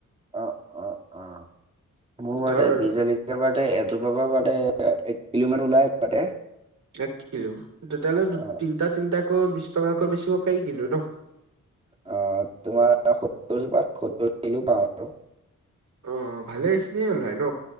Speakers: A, on the right; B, on the right.
A: অ অ অ মোৰ মতে
B: ধৰ
A: বিজলী বাটে জোপাতে তাতে এক কিলোমান ওলাই তাতে
B: এক কিলো তেতিয়া হ'লে দু
A: অ',
B: তিনিটা তিনিটা কৈ বিশ টকাকৈ বেচিব পাৰি কিন্তু ন
A: আহ তোমাৰ সত্তৰ জোপাত সত্তৰ কিলো পাওঁ আৰু
B: অ ভালেখিনিয়ে ওলায় ন